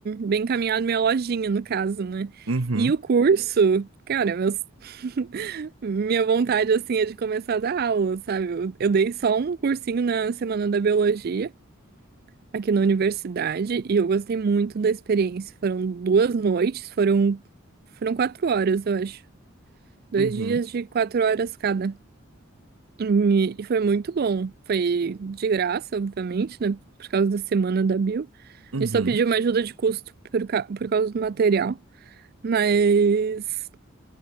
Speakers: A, on the right; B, on the right.
A: bem encaminhado minha lojinha, no caso, né?
B: Uhum.
A: E o curso, cara, meus... <laughs> minha vontade assim é de começar a dar aula, sabe? Eu, eu dei só um cursinho na Semana da Biologia. Aqui na universidade, e eu gostei muito da experiência. Foram duas noites, foram, foram quatro horas, eu acho. Dois
B: Uhum.
A: dias de quatro horas cada. E, e foi muito bom. Foi de graça, obviamente, né? Por causa da semana da Bio.
B: Uhum.
A: A gente só pediu uma ajuda de custo por, ca- por causa do material. Mas,